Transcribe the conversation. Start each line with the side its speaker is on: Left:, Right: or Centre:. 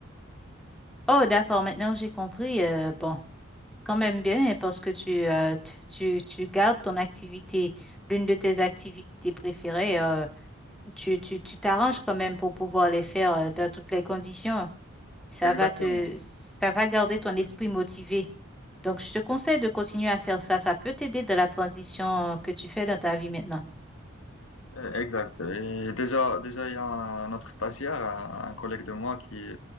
Centre: Oh, d'accord. Maintenant, j'ai compris. Euh, bon, c'est quand même bien parce que tu, euh, tu, tu tu gardes ton activité, l'une de tes activités préférées. euh, tu, tu, tu t'arranges quand même pour pouvoir les faire euh, dans toutes les conditions. Ça
Left: <laughs> Exactement.
Centre: va te, ça va garder ton esprit motivé. Donc, je te conseille de continuer à faire ça. Ça peut t'aider dans la transition euh, que tu fais dans ta vie maintenant.
Left: Euh, Exact. Et déjà, déjà, il y a un autre stagiaire, un un collègue de moi qui,